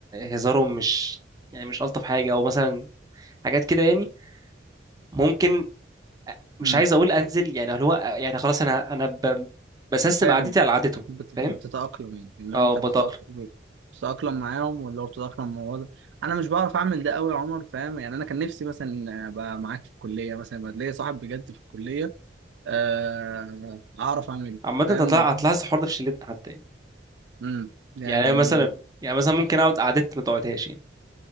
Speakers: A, on the right; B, on the right.
A: هزارهم مش يعني مش الطف حاجه او مثلا حاجات كده يعني ممكن مش
B: امم
A: عايز اقول انزل يعني اللي هو يعني خلاص انا انا ب- بسيستم
B: فاهم
A: قعدتي على قعدتهم
B: بت... بتتأقلم
A: فاهم
B: يعني اللي
A: اه
B: هو انت
A: بتاقلم
B: بتتأقلم بتتأقلم معاهم واللي هو بتتأقلم مع الوضع انا مش بعرف اعمل ده قوي يا عمر فاهم يعني انا كان نفسي مثلا ابقى معاك في الكلية مثلا يبقى ليا صاحب بجد في الكلية آه... اعرف اعمله
A: عامه
B: فاهم
A: انت هتلاحظ هتلاحظ الحوار ده في شلتنا حتى يعني
B: امم يعني
A: يعني أنا مثلا يعني مثلا ممكن اقعد قعدتي ما تقعدهاش يعني